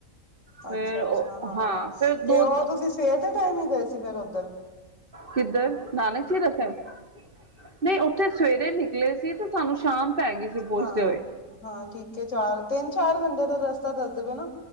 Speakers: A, on the right; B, on the left.
A: ਫੇਰ
B: ਅੱਛਾ! ਅੱਛਾ! ਹਾਂ!
A: ਫੇਰ ਦੋ
B: ਤੇ ਉਹ ਤੁਸੀਂ ਸਵੇਰ ਦੇ ਟਾਈਮ ਈ ਗਏ ਸੀ ਫੇਰ ਉਧਰ?
A: ਕਿੱਧਰ? ਨਾਨਕ ਝੀਰਾ ਸਾਹਿਬ! ਨਈ ਉੱਥੇ ਸਵੇਰੇ ਨਿਕਲੇ ਸੀ ਤੇ ਸਾਨੂੰ ਸ਼ਾਮ ਪੈ ਗਈ ਸੀ ਪਹੁੰਚਦੇ
B: ਹਾਂ,
A: ਹੋਏ।
B: ਹਾਂ, ਠੀਕ ਐ ਚਾਰ, ਤਿੰਨ-ਚਾਰ ਘੰਟੇ ਦਾ ਰਸਤਾ ਦਸਦੇ ਪਏ ਨਾ।